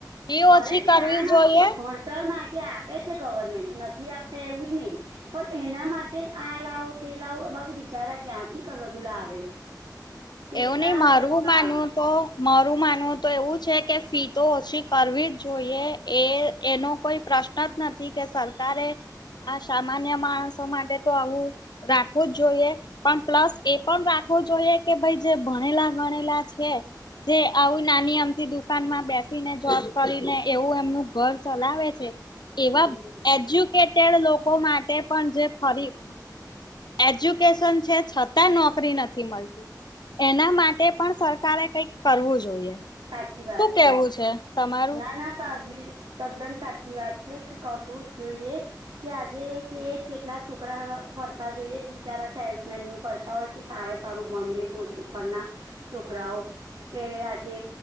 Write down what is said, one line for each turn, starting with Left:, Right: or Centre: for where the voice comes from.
Left: ફી
Right: કરે
Left: ઓછી
Right: છે
Left: કરવી
Right: ને આ નથી
Left: જોઈએ
Right: પણ તર માટે આપે છે ગવર્મેન્ટ નથી આપતા એવું એ નઈ પણ એના માટે આ લાવો તે લાવો <unintelligible> બિચારા ક્યાંથી ક્યાંથી આ બધું લાવે કેટલા
Left: એવું નહી
Right: સપના
Left: મારું માનવું તો મારું માનવું તો એવું છે કે ફી તો ઓછી કરવી જ જોઈએ. એ એનો કોઈ પ્રશ્ન જ નથી કે સરકારે આ સામાન્ય માણસો માટે તો આવું રાખવું જ જોઈએ પણ પ્લસ એ પણ રાખવો જોઈએ. કે ભાઈ જે ભણેલા ગણેલા છે જે આવું નાની અમથી દુકાનમાં બેસીને જોબ કરીને એવું એમનું ઘર ચલાવે છે એવા
Right: હમ હમ
Left: એજ્યુકેટેડ લોકો માટે પણ જે ફરી એજ્યુકેશન છે છતાં નોકરી નથી મળતી. એના માટે પણ સરકારે કઈક કરવું જોઈએ.
Right: સાચી વાત
Left: શું કેવું
Right: છે.
Left: છે તમાર
Right: ના ના સા બિલ તદ્દન સાચી વાત છે કે કરવું જ જોઈએ. કે આજે કે કેટલા છોકરા ફરતા જોઈએ છે બિચારા સેલ્સમેનનું કર તા હોય છે સારા સારું ભણી લે પોસ્ટ ઉપરના છોકરાઓ કે આ જે